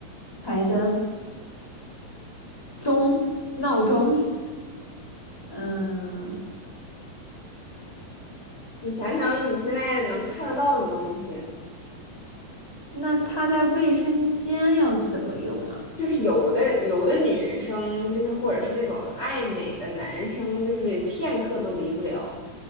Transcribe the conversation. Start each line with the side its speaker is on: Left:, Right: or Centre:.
Centre: 台灯、钟、闹钟，嗯，
Left: 你想想你现在能看得到的东西，
Centre: 那它在卫生间要怎么用啊？
Left: 就是有的有的女生就是或者是那种爱美的男生，就是片刻都离不了。